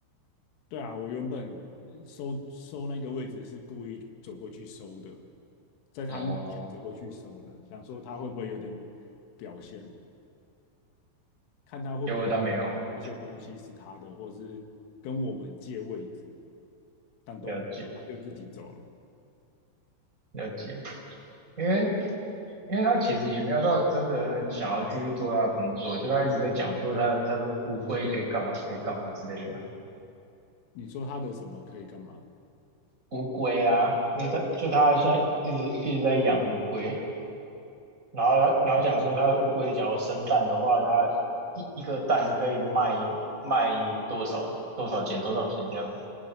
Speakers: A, on the left; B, on the right.
A: 对啊，我原本收收那个位置是故意走过去收的，在他面前走过去收的，
B: 哦，
A: 想说他会不会有点表现，看他会不会
B: 结果他没有
A: 这些东西是他的，或是跟我们借位置，但都没有，
B: 了解。
A: 他就自己走了。
B: 了解，因为因为他其实也没有到真的很想要继续做他的工作，就他一直在讲说他他的乌龟可以干嘛，可以干嘛之类的。
A: 你说他的什么可以干嘛？
B: 乌龟啊，就是他就他现在一直一直在养乌龟，然后他然后讲说他的乌龟只要生蛋的话，他一一颗蛋可以卖卖多少多少钱多少钱这样子。